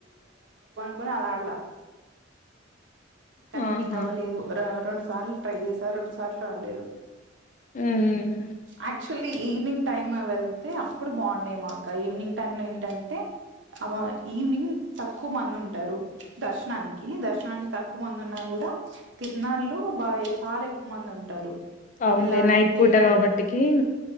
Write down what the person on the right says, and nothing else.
పోనీ అది ఆడలా కానీ
విన్ అవ్వలేదు రొ రొండు సార్లు ట్రై చేసా రొండు సార్ పాట్ట్ రాలేదు
అట్ చ్చ్వలీ ఈవినింగ్ టైమ వెళ్తే అప్ ప్పుడు బాగుండేమో అక్క ఈవినింగ్ టైమ్ లో ఏంటంటే అవ ఈవినింగ్ తక్కువ మంది ఉంటారు, దర్శనానికి దర్శనానికి తక్కువ మంది ఉన్నా కూడా తిరునాళ్లు బాగా చాలా ఎక్కువ మంది ఉంటారు.
ఎలా
అంటే